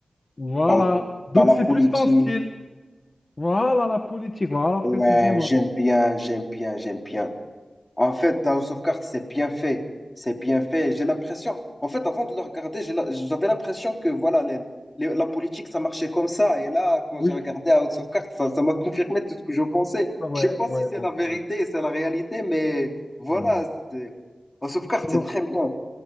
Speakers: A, on the left (about 45°); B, on the left (about 20°).
A: Voilà.
B: Euh,
A: Donc,
B: dans la
A: c'est
B: politique,
A: plus ton style. Voilà la politique, voilà
B: ouais,
A: précisément.
B: j'aime bien, j'aime bien, j'aime bien. En fait, House of Cards, c'est bien fait. C'est bien fait. J'ai l'impression, en fait, avant de le regarder, j'ai la- j'avais l'impression que voilà, les- les- la politique, ça marchait comme ça. Et là, quand
A: Oui.
B: j'ai regardé House of Cards, ça, ça m'a confirmé tout ce que je pensais.
A: Ah Ouais,
B: Je sais pas
A: ouais,
B: si c'est
A: ouais,
B: la vérité,
A: ouais.
B: c'est la réalité, mais voilà,
A: Hmm.
B: c'est- c'est- House of Cards,
A: Sinon,
B: c'est très bien.